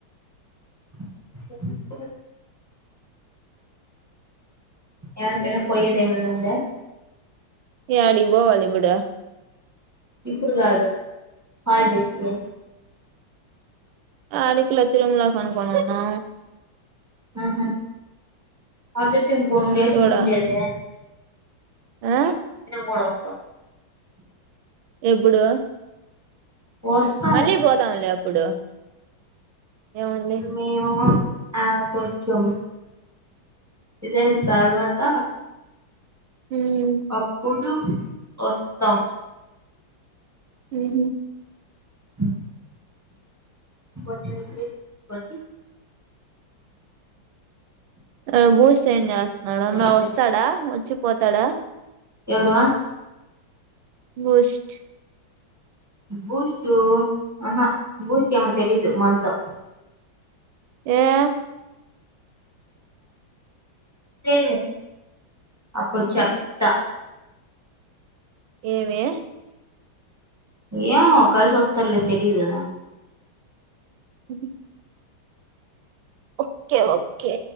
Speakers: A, on the right; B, on the right.
A: స యాడ తిన పోయ్యదేమనుంద
B: యాడికి పోవాలి ఇపుడు
A: ఇప్పుడు కాదు హాలిడేస్కి
B: ఆడికి లచ్చలు ఉన్న కొనుక్కునున్నా
A: ఆ హా, అదే. టీం కుండేస్
B: చూడ
A: ఉండేదే?
B: ఆ?
A: <unintelligible> డక్కా
B: ఎప్పుడు?
A: వస్తాం
B: మళ్ళీ పోదాంలే అప్పుడు, ఏముంది?
A: మేము ఆ కొంచం ఇదయిన్ తర్వాత
B: ఉమ్
A: అప్పుడు టు ఒస్తం
B: ఉమ్ హు
A: హ్మ్, కొంచెం ఎక్కడైనా చూసుకొని
B: ఆ బూస్ట్ ఏం చేస్తున్నాడు? అన్న
A: వచ్చేదేనా
B: వస్తాడా? వచ్చి పోతాడా?
A: ఎవరూ?
B: బూస్ట్
A: బూస్టూ, అహా బూస్ట్ ఎమో తెలీదు మన్తో.
B: ఏ?
A: తే అప్పుడు చెప్తా.
B: ఏమే?
A: ఏమో, కలిసోస్తర్లే తెలీదుగదా.
B: ఉమ్ ఓకే ఓకే.